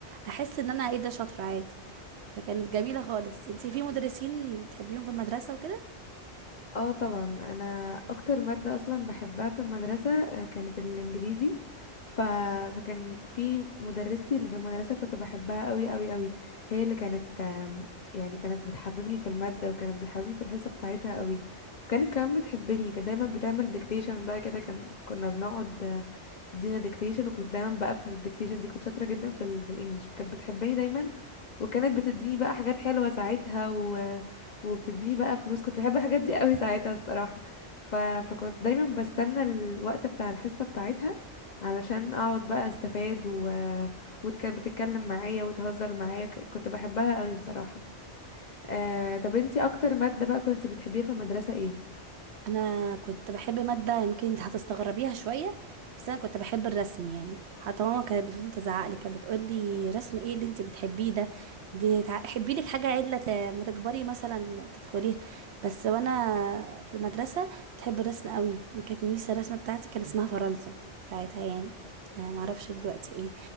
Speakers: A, on the right; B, on the left.
A: احس ان انا ايه ده شاطره عادي فكانت جميله خالص انتي في مدرسين تحبيهم في المدرسه وكده
B: اه طبعا انا اكتر ماده اصلا بحبها في المدرسه آه، كانت الانجليزي ف... فكان في مدرستي اللي في المدرسه كنت بحبها قوي قوي قوي هي اللي كانت آم، يعني كانت بتحببني في الماده وكانت بتحببني في الحصه بتاعتها قوي وكانت كمان بتحبني كانت دايما بتعمل ديكتيشن بقى كده كان كنا بنقعد آه، تدينا ديكتيشن وكنت دايما بقفل الديكتيشن دي كنت شاطره جدا في ال... في الانجليش فكانت بتحبني دايما وكانت بتديني بقى حاجات حلوة ساعتها و... وبتديني بقى فلوس كنت بحب الحاجات دي قوي <laughs> ساعتها الصراحة ف... فكنت دايما بستنى الوقت بتاع الحصة بتاعتها علشان اقعد بقى استفاد و... وكانت بتتكلم معايا وتهزر معايا ك- كنت بحبها قوي بصراحة آه... طب انتي اكتر مادة بقى كنت بتحبيها في المدرسة ايه
A: انا كنت بحب ماده يمكن انت هتستغربيها شويه بس انا كنت بحب الرسم يعني حتى ماما كانت بتفضل تزعق لي كانت بتقول لي رسم ايه اللي انت بتحبيه ده دي تع- حبي لك حاجه عدله ت- ما تكبري مثلا تدخليها بس وانا في المدرسه بتحب الرسم قوي كانت ميس الرسمه بتاعتي كان اسمها فرنسا ساعتها يعني أنا معرفش دلوقتي ايه